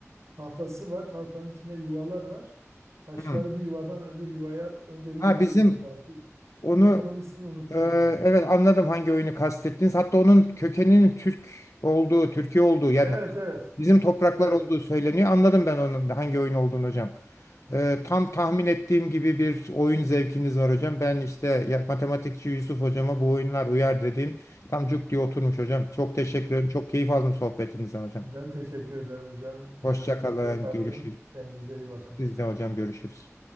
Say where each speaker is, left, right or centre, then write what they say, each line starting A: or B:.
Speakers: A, on the right; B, on the left.
A: tahtası var. Tahtanın içinde yuvalar var. Taşları
B: Hı.
A: bir yuvadan öbür yuvaya önce bir
B: Ha
A: tabii
B: bizim
A: dağıtıyor.
B: onu
A: Neydi onun ismini unuttum.
B: Ee,
A: Yani tü-
B: evet anladım hangi oyunu kastettiniz. Hatta onun kökeninin Türk olduğu, Türkiye olduğu yani
A: Evet evet.
B: bizim topraklar
A: Evet.
B: olduğu söyleniyor. Anladım ben onun da hangi oyun olduğunu hocam. Ee, tam tahmin ettiğim gibi bir oyun zevkiniz var hocam. Ben işte ya- matematikçi Yusuf hocama bu oyunlar uyar dediğim tam cuk diye oturmuş hocam. Çok teşekkür ederim. Çok keyif aldım sohbetinizden hocam.
A: Ben teşekkür ederim hocam. Ben
B: Hoşça
A: de çok
B: kalın.
A: keyif aldım.
B: Görüşürüz.
A: Kendinize iyi bakın.
B: Siz de hocam görüşürüz.